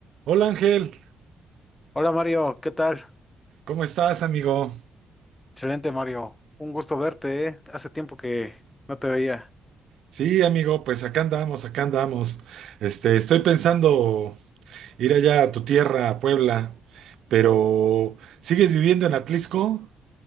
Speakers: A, on the right; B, on the left.
A: Hola Ángel,
B: Hola Mario, ¿qué tal?
A: ¿cómo estás, amigo?
B: Excelente Mario, un gusto verte, ¿eh? Hace tiempo que no te veía.
A: Sí, amigo, pues acá andamos, acá andamos. Este, estoy pensando ir allá a tu tierra, a Puebla, pero ¿sigues viviendo en Atlisco?